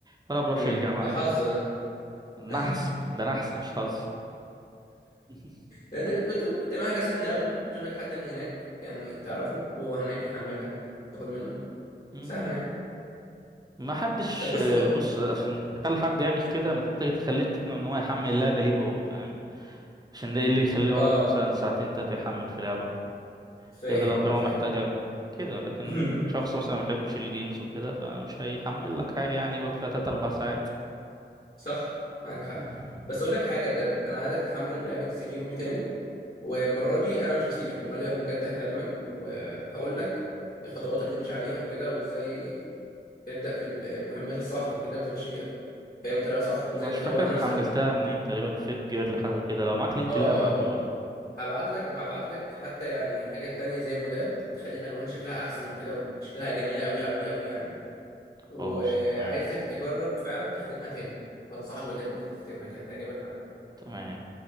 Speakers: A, on the right (about 20°); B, on the left (about 50°).
A: فانا بروحش
B: امم
A: الجامعه
B: ده حظ
A: يعني
B: ده
A: نحس
B: <laughs>
A: ده نحس مش حظ <laughs>
B: ده انت كنت ممكن تعمل حاجه سهله قوي تجيب لك حد من هناك يعني تعرفه وهو هناك يحمل لك تاخد منه
A: مم،
B: سهله يعني
A: ما حدش
B: طب بص بقى
A: بص عشان تخلي حد يعمل كده محتاج تخليه تقنع ان هو يحمل اللعبه ليه هو فاهم عشان ده إيه اللي يخليه يقعد
B: اه
A: مثلا ساعتين تلاتة يحمل في لعبه
B: فاهم
A: الا لو
B: اه
A: كان هو
B: فاهم
A: محتاجها كده لكن
B: <laughs>
A: شخص مثلا ما بيحبش الجيمز وكده فمش هيحمل لك حاجه يعني يقعد فيها تلات اربع ساعات
B: صح معاك حق
A: <laughs>
B: بس اقول لك حاجه بجد انا عايزك تحمل لعبه سكيرو دي تاني والمرة دي أنا مش هسيبك المرة دي أنا بجد هكلمك وهقول لك الخطوات اللي تمشي عليها وكده وإزاي تبدأ في المهمات الصح وكده وتمشي فاهم بطريقة صح وإزاي
A: مش
B: تطور
A: فاكر
B: نفسك
A: حملتها منين تقريبا فيت جير لحاجة كده لو معاك لينك
B: اه
A: لها ابعتهولي
B: اه اه هبعت لك وهبعت لك حتى يعني حاجات تانية زي مودات بتخلي الألوان شكلها أحسن وكده وشكلها جميلة أوي أوي أوي يعني وعايزك
A: خلاص تمام
B: تجرب فعلا تختمها تاني بنصحك بجد إنك تختمها كده هتعجبك أوي
A: تمام